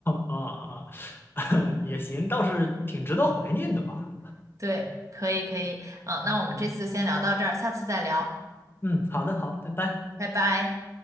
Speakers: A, on the left; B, on the right.
A: 啊啊！<laughs> 也行，倒是挺值得怀念的吧。
B: <laughs> 对，可以可以，嗯，那我们这次就先聊到这儿，
A: 嗯
B: 下次再聊，
A: 嗯，好的，好，拜拜。
B: 拜拜。